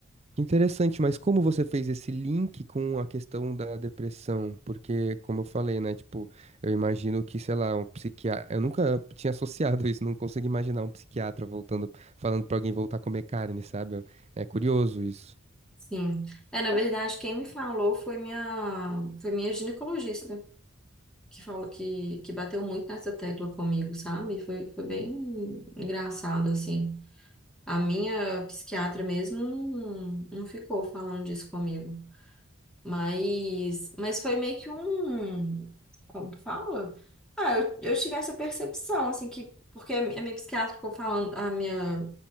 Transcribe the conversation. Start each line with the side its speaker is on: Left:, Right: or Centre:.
Right: Interessante, mas como você fez esse link com a questão da depressão? Porque, como eu falei, né, tipo, eu imagino que, sei lá, um psiquiatra, eu nunca tinha associado isso, não consigo imaginar um psiquiatra voltando, falando pra alguém voltar a comer carne, sabe? É curioso isso,
Centre: Sim. É, na verdade, quem me falou foi minha, foi minha ginecologista. Que falou que, que bateu muito nessa tecla comigo, sabe? Foi, foi bem engraçado, assim. A minha psiquiatra mesmo não, não ficou falando disso comigo. Mas, mas foi meio que um. Como que fala? Ah, eu, eu tive essa percepção, assim, que. Porque a minha psiquiatra ficou falando, a minha,